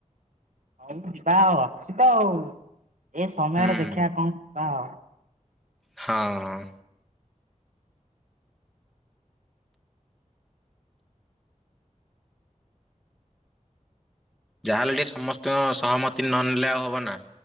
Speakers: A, on the right; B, in the centre.
A: ହଉ ଯିବା ଆଉ ଅଛି ତ ଆଉ ଏ ସମୟରେ
B: ହୁଁ
A: ଦେଖିବା କଣ ହଁ
B: ହଁ ଯାହାହେଲେ ଟିକେ ସମସ୍ତଙ୍କ ସହମତି ନ ନେଲେ ଆଉ ହବ ନା